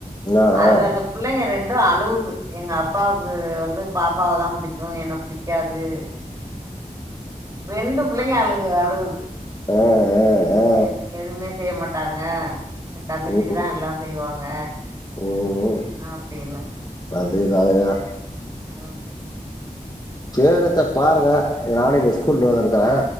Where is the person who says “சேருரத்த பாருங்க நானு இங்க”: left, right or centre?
Left